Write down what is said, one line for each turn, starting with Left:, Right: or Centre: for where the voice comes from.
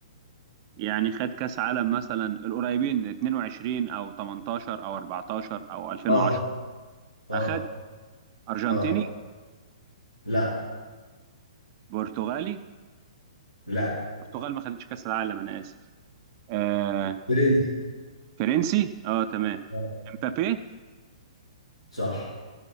Right: يعني خد كاس عالم مثلا القريبين 22 او 18 او 14 او 2010
Left: اه اه
Right: اخد ارجنتيني
Left: اه لا
Right: برتغالي
Left: لا
Right: البرتغال ما خدتش كاس العالم انا اسف آه
Left: برنس
Right: فرنسي اه تمام
Left: آه،
Right: امبابي
Left: صح